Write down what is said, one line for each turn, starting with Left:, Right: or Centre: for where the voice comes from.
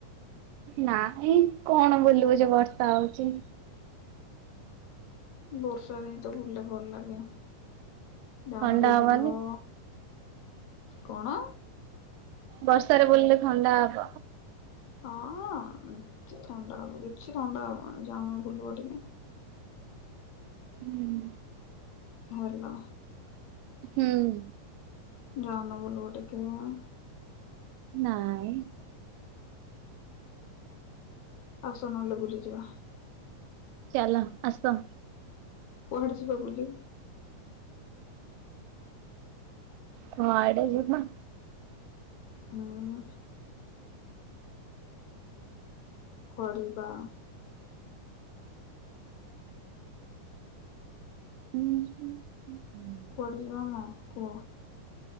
Right: ନାହ୍ନି, କଣ ବୁଲିବୁ ଯେ ବର୍ଷା ହଉଛି।
Left: ବର୍ଷରେ ହ୍ନି ଟ ବୁଲିଲେ ଭଲ ଲାଗେ ଜାଉଣ
Right: ଥଣ୍ଡା
Left: ଟିକେ
Right: ହବନି
Left: ବୁଲବ। କଣ?
Right: ବର୍ଷାରେ ବୁଲିଲେ ଥଣ୍ଡା ହବ।
Left: ହଁ ଥଣ୍ଡା ହବ, କିଛି ଥଣ୍ଡା ହବନି ଯାଉନ ବୁଲିବ ଟିକେ?
Right: ହୁଁ
Left: ଭଲ।
Right: ହୁଁ
Left: ଜାଉନ ବୁଲି ବ ଟିଏ?
Right: ନାଇଁ।
Left: ଆସ ନହେଲେ ବୁଲିଯିବା।
Right: ଚାଲ, ଆସ।
Left: କୁଆଡେ ଯିବା ବୁଲି?
Right: କୁଆଡେ଼ ଯିମା।
Left: ହୁଁ କୁଆଡେ ଯିବା?
Right: <unintelligible>
Left: ଜିବାନା କୁଅ?